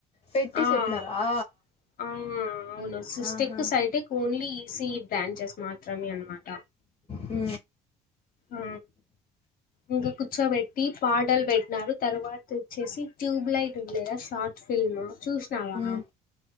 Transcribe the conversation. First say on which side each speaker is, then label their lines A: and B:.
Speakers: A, on the left; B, on the left.
A: పెట్టి
B: ఆ
A: చెప్పినారా
B: ఆ అవును సిస్టెక్
A: ఆహా
B: సైటెక్ ఓన్లీ ఈసీ బ్రాంచెస్ మాత్రమే అనమాట
A: అ
B: ఆ ఇంగ కుచ వెటి పా ఆోటల్ పెట్టినారు తర్వాత వచ్చేసి ట్యూబ్లైట్ ఉండదా షార్ట్ ఫిల్మ్ చూసినవా
A: మ్మ్